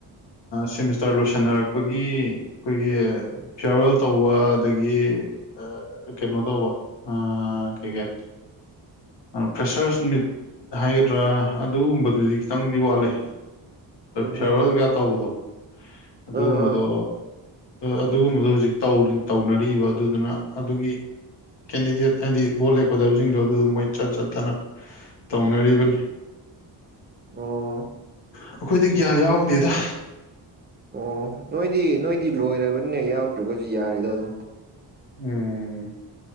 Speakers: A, on the left (about 70°); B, on the right (about 25°).
A: ꯁꯤꯃꯤꯁꯇꯔ ꯂꯣꯏꯁꯟꯅꯔꯛꯄꯒꯤ ꯑꯩꯈꯣꯏꯒꯤ ꯐꯤꯌꯥ꯭ꯔꯋꯦꯜ ꯇꯧꯕ ꯑꯗꯒꯤ ꯑ ꯀꯩꯅꯣ ꯇꯧꯕ ꯑ ꯀꯩꯀꯦ ꯐ꯭ꯔꯦꯁꯔꯁ ꯃꯤꯠ ꯍꯥꯏꯒꯗ꯭ꯔꯥ ꯑꯗꯨꯒꯨꯝꯕꯗꯨꯗꯤ ꯈꯤꯇꯪꯗꯤ ꯋꯥꯠꯂꯦ
B: ꯎꯝ
A: ꯐꯤꯌꯥꯚꯦꯜꯒ ꯇꯧꯕꯗꯣ ꯑꯗꯨꯒꯨꯝꯕꯗꯣ
B: ꯑꯥ ꯑꯥ
A: ꯑꯗꯨꯒꯨꯝꯕꯗꯣ ꯍꯧꯖꯤꯛ ꯇꯧꯅꯔꯤꯕ ꯑꯗꯨꯗꯨꯅ ꯑꯗꯨꯒꯤ ꯀꯦꯟꯗꯤꯗꯦꯠ ꯍꯥꯏꯗꯤ ꯚꯣꯠ ꯂꯦꯀꯗꯕꯁꯤꯡꯗꯣ ꯑꯗꯨꯗ ꯃꯣꯏ ꯆꯠ ꯆꯠꯇꯅ ꯇꯧꯅꯔꯤꯕꯅꯤ
B: ꯑꯣ
A: ꯑꯩꯈꯣꯏꯗꯤ ꯀꯌꯥ ꯌꯥꯎꯗꯦꯗ
B: ꯑꯣ ꯅꯣꯏꯗꯤ ꯅꯣꯏꯗꯤ ꯂꯣꯏꯔꯕꯅꯤꯅ ꯌꯥꯎꯗ꯭ꯔꯒꯁꯨ ꯌꯥꯔꯦꯗ ꯑꯗꯨꯝ
A: ꯎꯝ